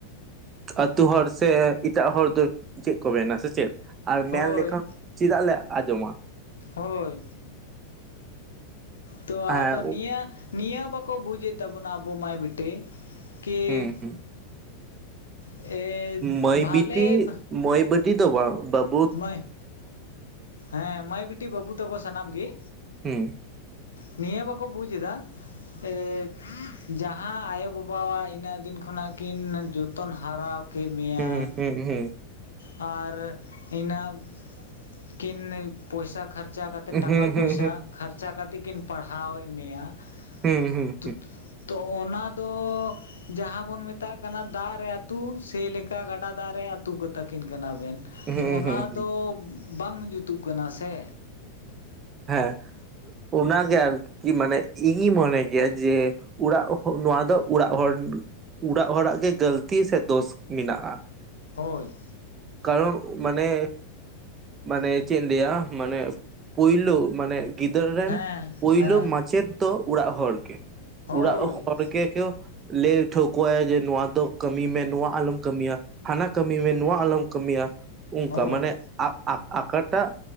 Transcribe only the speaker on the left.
ᱦᱳᱭ
ᱦᱳᱭ ᱛᱚ
ᱟᱫᱚ ᱱᱤᱭᱟᱹ ᱱᱤᱭᱟᱹ ᱵᱟᱠᱚ ᱵᱩᱡᱮᱫ ᱛᱟᱵᱚᱱᱟ ᱟᱵᱚ ᱢᱟᱹᱭ ᱵᱤᱴᱤ ᱠᱤ
ᱮ
ᱵᱷᱟᱞᱮ
ᱢᱟᱹᱭ ᱦᱮᱸ ᱢᱟᱹᱭ ᱵᱤᱴᱤ ᱵᱟᱹᱵᱩ ᱛᱟᱠᱚ ᱥᱟᱱᱟᱢ ᱜᱮ
ᱱᱤᱭᱟᱹ ᱵᱟᱠᱚ ᱵᱩᱡ ᱫᱟ ᱮᱜ ᱡᱟᱦᱟᱸ ᱟᱭᱳᱼᱵᱟᱵᱟᱣᱟᱜ ᱤᱱᱟᱹᱜ ᱫᱤᱱ ᱠᱷᱚᱱᱟᱜ ᱠᱤᱱ ᱡᱚᱛᱚᱱ ᱦᱟᱨᱟ ᱠᱮᱜ ᱢᱮᱭᱟ
ᱟᱨ ᱤᱱᱟ ᱠᱤᱱ ᱯᱚᱭᱥᱟ ᱠᱷᱟᱨᱪᱟ ᱠᱟᱛᱮᱫ
ᱴᱟᱠᱟ
ᱯᱚᱭᱥᱟ
ᱠᱷᱟ ᱪᱮᱠᱟ ᱠᱟᱛᱮᱜ ᱠᱤᱱ ᱯᱟᱲᱦᱟᱣᱮᱜ ᱢᱮᱭᱟ
ᱛᱩᱫ ᱛᱚ ᱚᱱᱟ ᱫᱚ ᱡᱟᱦᱟ ᱵᱚᱱ ᱢᱮᱛᱟᱜ ᱠᱟᱱᱟ ᱫᱟᱜ ᱨᱮ ᱟᱹᱛᱩ ᱥᱮ ᱞᱮᱠᱟ ᱜᱟᱰᱟ ᱫᱟᱜ ᱨᱮ ᱟᱹᱛᱩ ᱠᱟ ᱛᱟᱠᱤᱱ ᱠᱟᱱᱟᱵᱮᱱ
ᱛᱚ ᱚᱱᱟ
ᱫᱚ ᱵᱟᱝ ᱡᱩᱛᱩᱜ ᱠᱟᱱᱟ ᱥᱮ
ᱦᱳᱭ
ᱦᱮᱸ
ᱦᱮᱸ
ᱦᱳᱭ
ᱦᱳᱭ